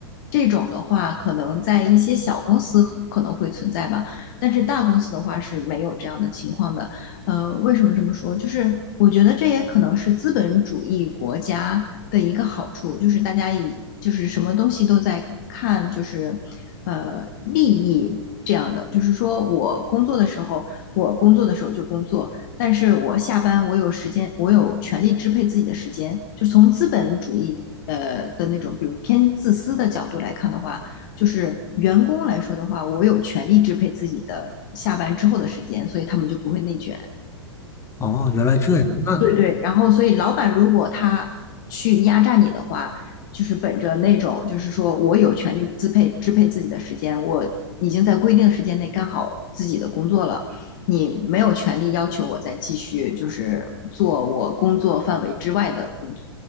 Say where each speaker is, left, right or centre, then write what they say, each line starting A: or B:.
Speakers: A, on the left (about 45°); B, on the left (about 20°).
A: 这种的话，可能在一些小公司可能会存在吧，但是大公司的话是没有这样的情况的。呃，为什么这么说？就是我觉得这也可能是资本主义国家的一个好处，就是大家以就是什么东西都在看，就是呃利益这样的，就是说我工作的时候，我工作的时候就工作，但是我下班我有时间，我有权利支配自己的时间。就从资本主义呃的那种，比如偏自私的角度来看的话，就是员工来说的话，我有权利支配自己的下班之后的时间，所以他们就不会内卷。
B: 哦，原来这样。那
A: 对对，然后所以老板如果他去压榨你的话，就是本着那种就是说我有权利支配支配自己的时间，我已经在规定的时间内干好自己的工作了，你没有权利要求我再继续就是做我工作范围之外的工作，